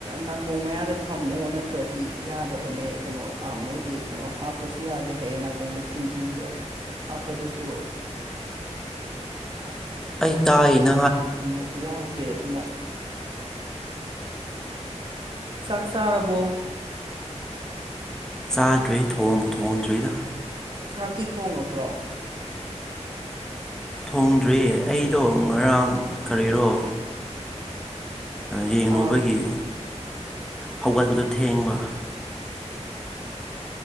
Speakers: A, on the right (about 45°); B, in the centre.
A: ꯅꯥꯀꯣꯡ ꯃꯌꯥꯗ ꯊꯝꯃꯣ ꯅꯠꯇ꯭ꯔꯗꯤ ꯌꯥꯗꯕꯅꯦ ꯀꯩꯅꯣ ꯃꯣꯏꯒꯤ ꯀꯩꯅꯣ ꯍꯥꯞꯄꯁꯨ ꯌꯥꯗꯦ ꯍꯌꯦꯡ ꯅꯥꯀꯣꯡꯗ ꯊꯤꯡꯖꯤꯡꯕꯗ ꯍꯥꯞꯄꯗꯨꯁꯨ ꯑ <unintelligible>
B: ꯑꯩ ꯇꯥꯏꯅ
A: ꯀꯩꯅꯣꯁꯨ ꯌꯥꯎꯗꯦ ꯑꯗꯨꯅ ꯆꯥꯛ ꯆꯥꯔꯕꯣ
B: ꯆꯥꯗ꯭ꯔꯦ ꯊꯣꯡꯕꯨ ꯊꯣꯡꯗ꯭ꯔꯤꯗ
A: ꯆꯥꯛꯇꯤ ꯊꯣꯡꯉꯕ꯭ꯔꯣ
B: ꯊꯣꯡꯗ꯭ꯔꯤ ꯑꯩꯗꯣ ꯉꯔꯥꯡ ꯀꯔꯤꯔꯣ ꯌꯦꯉꯨꯕꯒꯤ
A: ꯑꯥ
B: ꯍꯧꯒꯠꯄꯗꯣ ꯊꯦꯡꯕ